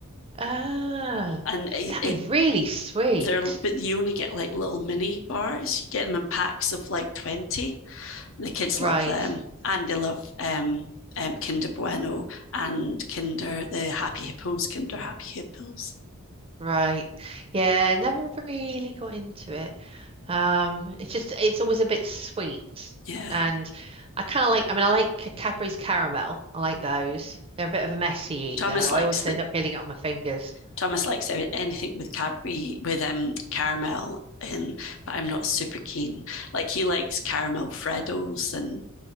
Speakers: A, on the right; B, on the left.
A: Ah,
B: and it,
A: that'd
B: it
A: be really sweet.
B: they're but you only get like little mini bars you get them in packs of like 20 The kids
A: Right.
B: love them, and they love um, um, Kinder Bueno and Kinder the Happy Hippos. Kinder Happy Hippos.
A: Right. Yeah. Never really got into it. Um, it's just, it's always a bit sweet.
B: Yeah,
A: And I kind of like, I mean, I like Ca- Cadbury's caramel. I like those. They're a bit of a messy eat,
B: Thomas
A: though.
B: likes
A: I always
B: that.
A: end up getting it on my fingers.
B: Thomas likes anything with Cadbury with um caramel in, but I'm not super keen. Like he likes caramel Freddos and